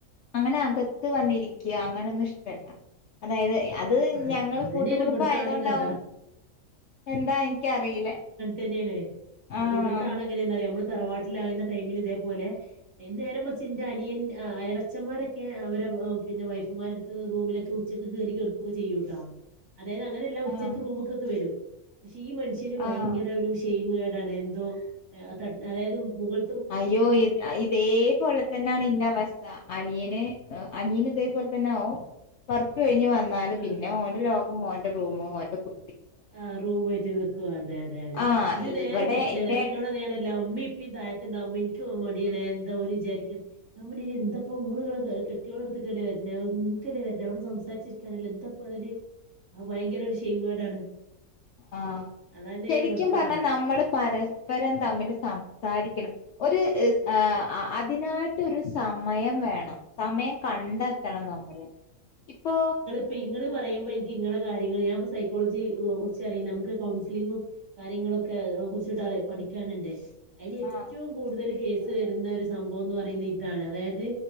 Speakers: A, on the left; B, on the right.
A: അങ്ങനെ അകത്ത് വന്നിരിക്ക അങ്ങനൊന്നും ഇഷ്ടല്ല അതായത് എ അത്
B: അത
A: ഞങ്ങള്
B: അതന്നെയാണ്
A: കൂട്ടുകടുംബ
B: ഇവിടുത്തെ
A: ആയതോണ്ടാവും
B: ആളെയും കഥ
A: എന്താ എനിക്കറിയില്ല
B: തന്നേണ്
A: ആഹ്
B: ഇവിട്ത്തെ ആളെങ്ങനെ എന്താ പറയാ നമ്മള് തറവാട്ടില ആയിരുന്ന ടൈമില് ഇതേപോലെ നേരെമർച്ച് ഇന്റെ അനിയൻ എളച്ചന്മാരൊക്കെ അവര് പിന്നെ വൈഫുമാരെട്ത്ത് റൂമിലൊക്കെ ഉച്ചക്ക് കേറി കെട്കൊക്കെ ചെയ്യൂട്ടോ അതായത് അങ്ങനെല്ലാ ഉച്ചക്ക്
A: ആഹ്
B: റൂമ് കൊക്കെ വെരും പക്ഷെ ഈ മൻഷ് ഭയങ്കര
A: ആഹ്
B: ഒരു ഷെയിമുകേടാണ് എന്തോ ത അതായത് മുകൾ
A: അയ്യോ ഇ ഇതേ പോൽ തന്നെണ് ഇന്റെ അവസ്ഥ അനിയന് അനിയന് ഇതേപോലെ തന്നെആവും വർക്ക്‌ കഴിഞ് വന്ന ന്നാല്
B: ആഹ്
A: പിന്നെ ഓന്റെ ലോഗും ഓന്റെ റൂമും ഓന്റെ കു
B: ആഹ് റൂമുആയിട്ട് നിക്കും അതെ അതെ അതെ
A: ആഹ്
B: ഇത് നേരെ
A: ഇവിടെ
B: തിരിച്ചാണ്
A: എന്റെ
B: അപ്പം ഇന്നോട് പറിയണല്ലോ ഉമ്മി പി താഴത്തിണ്ടാവുമ്പോ ഇൻക്ക് മടിയനേ എന്താ ഓര് വിചാരിക്ക ഞാൻ പറഞ്ഞ് അയ്ന് എന്താപ്പം ഇങ്ങള് ഇങ്ങളെ കെട്ട്യോളെ എട്ത്ത്ക്കല്ലെ വര്ണേ റൂമ്ക്കല്ലെ വര്ണത് അവടെ സംസാരിച്ചിരിക്കാനല്ലെ എന്താപ്പം അതില് ആ ഭയങ്കര ഒരു ഷൈയിം കേടാണ്
A: ആഹ്
B: അതന്നെയാണ്
A: ശരിക്കും
B: ഇവിടുത്തെ
A: പർഞ്ഞാ
B: കഥ
A: നമ്മള് പരസ് പരസ്പരം തമ്മിൽ സംസാരിക്കണം ഒരു ആഹ് അ അതിനായിട്ടരു സമയം വേണം സമയം കണ്ടെത്തണം നമ്മള് ഇപ്പോ
B: ഇപ്പൊ ഇങ്ങള് പറയുമ്പോ എനിക്ക് ഇങ്ങളെ കാര്യങ്ങൾ ഞാൻ സൈക്കോളജി കൊർച്ച് അറിയും നമുക്ക് കൗൺസിലിങ്ങും കാര്യങ്ങളൊക്കെ കുറിച്ചിട്ടാണ് പഠിക്കാനുണ്ട് അതിൽ ഏറ്റവും
A: ആഹ്
B: കൂടുതൽ കേസ് വരുന്ന ഒര് സംഭവം എന്ന് പറയുന്നത് ഇതാണ് അതായത്